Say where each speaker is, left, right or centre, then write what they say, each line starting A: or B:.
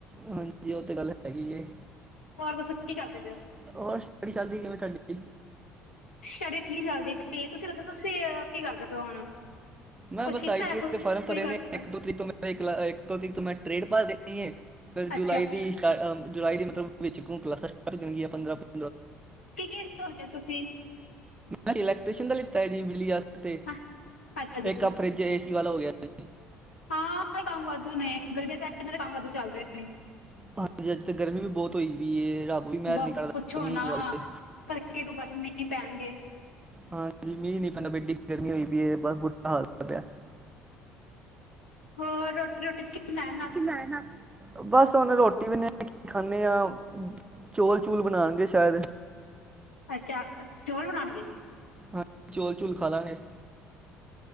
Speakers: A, on the right; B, on the left.
A: ਹਾਂਜੀ ਉਹ ਤੇ ਗੱਲ ਹੈਗੀ ਏ।
B: ਹੋਰ ਦੱਸੋ ਕੀ ਕਰਦੇ ਪਏ ਹੋ?
A: ਹੋਰ ਸਟੱਡੀ ਚੱਲਦੀ ਕਿਵੇਂ ਤੁਹਾਡੀ
B: ਸਟੱਡੀ ਠੀਕ ਚੱਲਦੀ ਪਈ ਏ। ਤੁਸੀਂ ਦੱਸੋ ਤੁਸੀਂ ਕੀ ਕਰਦੇ ਪਏ ਹੋ ਹੁਣ?
A: ਮੈਂ
B: ਕੁਛ
A: ਬੱਸ
B: ਕੀਤਾ
A: ਆਈ ਟੀ
B: ਹੈ
A: ਏ
B: ਕੋਈ
A: ਦੇ ਫਾਰਮ
B: ਕੋਈ
A: ਭਰੇ
B: ਕਰ
A: ਨੇ ਇੱਕ-ਦੋ
B: ਅੱਛ-
A: ਤਰੀਕ ਇੱਕਲਾ ਇੱਕ ਤੋਂ ਤ ਮੈਂ ਟਰੇਡ ਪਾਰ ਦੇਣੀ ਏ। ਫਿਰ
B: ਅੱਛਾ
A: ਜੁਲਾਈ ਦੀ ਸਟਾ ਜੁਲਾਈ ਦੀ ਮਤਲਬ ਵਿੱਚ ਕੋ ਕਲਾਸਾਂ ਸਟਾਟ ਹੋਣਗੀਆਂ ਪੰਦਰਾਂ ਤੋਂ
B: ਕੀ-ਕੀ <unintelligible> ਤੁਸੀਂ।
A: ਮੈਂ ਇਲੈਕਟ੍ਰੀਸ਼ਨ ਦਾ ਲਿੱਤਾ ਐ ਜੀ ਬਿਜਲੀ ਵਾਸਤੇ
B: ਹਾਂ, ਅੱਛਾ ਜੀ
A: ਇੱਕ ਫਰਿੱਜ ਏ ਸੀ ਵਾਲਾ ਹੋ ਗਿਆ। ਜੀ
B: ਹਾਂ ਇਹਨਾਂ ਦੇ ਕੰਮ ਵਾਧੂ ਨੇ, ਗਰਮੀਆਂ ਚ ਆ ਕੇ ਇਹਨਾਂ ਦੇ ਕੰਮ ਵਾਧੂ ਚੱਲਦੇ ਰਹੇ ਨੇ।
A: ਹਾਂਜੀ, ਅੱਜ ਤਾਂ ਗਰਮੀ ਵੀ ਬਹੁਤ ਹੋਈ ਵੀਏ ਰੱਬ ਵੀ ਮਿਹਰ
B: ਬਸ
A: ਨਹੀਂ ਕਰਦਾ
B: ਪੁੱਛੋ
A: ਮੀਂਹ
B: ਨਾ,
A: ਪਵਾ ਦੇ
B: ਤੜਕੇ ਤੋਂ ਬਸ ਮੀਂਹ ਪੈਣਗੇ।
A: ਹਾਂਜੀ ਮੀਂਹ ਨੀ ਪੈਂਦਾ ਪਿਆ ਏਡੀ ਗਰਮੀ ਹੋਈ ਪਈ ਐ ਬਸ ਬੁਰਾ ਹਾਲ ਪਿਆ।
B: ਹੋ ਰੋਟੀ- ਰੋਟੀ <unintelligible>
A: <unintelligible> ਬਸ ਹੁਨ ਰੋਟੀ ਵੀ ਨੇ ਖਾਂਨੇ ਹਚੌਲ- ਚੂਲ ਬਣਾਉਣਗੇ ਸ਼ਾਇਦ।
B: ਅੱਚਾ ਚੋਲ ਬਣਾਨਗੇ।
A: ਹਾਂਜੀ ਚੋਲ- ਚੂਲ ਖਾਲਾ ਗੇ।